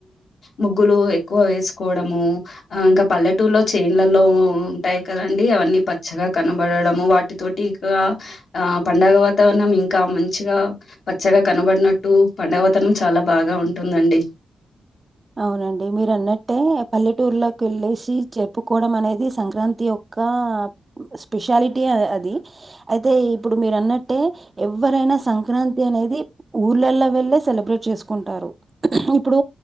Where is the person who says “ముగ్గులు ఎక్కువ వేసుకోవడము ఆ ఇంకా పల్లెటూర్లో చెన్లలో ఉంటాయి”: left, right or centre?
Left